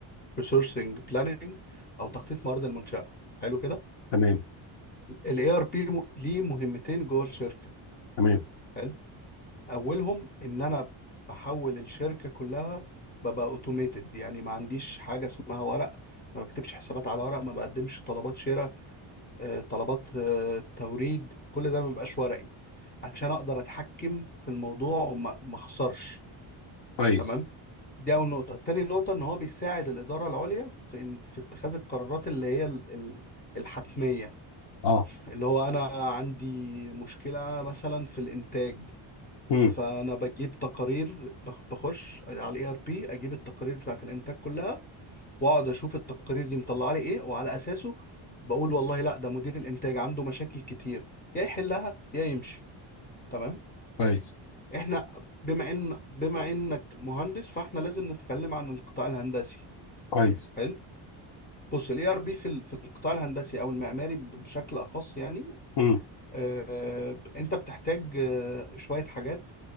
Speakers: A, on the left; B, on the left.
A: ريسورسنج بلاننج او تخطيط موارد المنشاه حلو كده
B: تمام
A: الاي ار بي ليه مهمتين جوه الشركه
B: تمام
A: حلو اولهم ان انا بحول الشركه كلها ببقى اوتوميتد يعني ما عنديش حاجه اسمها ورق ما بكتبش حسابات على ورق ما بقدمش طلبات شراء آه، طلبات آه، توريد كل ده ما بيبقاش ورقي عشان اقدر اتحكم في الموضوع وما ما اخسرش
B: كويس
A: تمام دي اول نقطه تاني نقطه ان هو بيساعد الاداره العليا في في اتخاذ القرارات اللي هي ال- ال- الحتميه
B: اه
A: اللي هو انا عندي مشكله مثلا في الانتاج
B: امم
A: فانا بجيب تقارير بخ- بخش على الاي ار بي اجيب التقارير بتاعت الانتاج كلها واقعد اشوف التقارير دي مطلعه لي ايه وعلى اساسه بقول والله لا ده مدير الانتاج عنده مشاكل كتير يا يحلها يا يمشي تمام
B: كويس
A: احنا بما ان بما انك مهندس فاحنا لازم نتكلم عن القطاع الهندسي
B: كويس
A: حلو بص الاي ار بي في ال- في القطاع الهندسي او المعماري ب- بشكل اخص يعني
B: امم
A: آه انت بتحتاج آه شويه حاجات